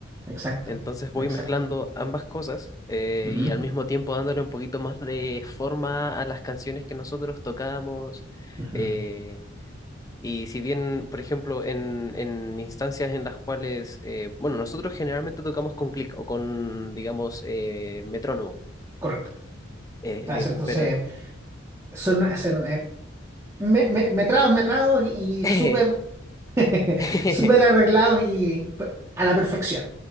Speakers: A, on the right (about 15°); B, on the left (about 20°).
A: Exacto,
B: Entonces voy
A: exacto.
B: mezclando ambas cosas eh,
A: Ujú,
B: y al mismo tiempo dándole un poquito más de forma a las canciones que nosotros tocamos.
A: ujú.
B: eh, y si bien, por ejemplo, en, en instancias en las cuales, eh, bueno, nosotros generalmente tocamos con clic o con, digamos, eh, metrónomo.
A: Correcto.
B: Eh,
A: Entonces,
B: eh,
A: entonces,
B: pero,
A: son, son, eh, me- me- metrados, metrados y
B: eh,
A: súper <laughs>
B: <laughs>
A: súper arreglados y pe- a la perfección.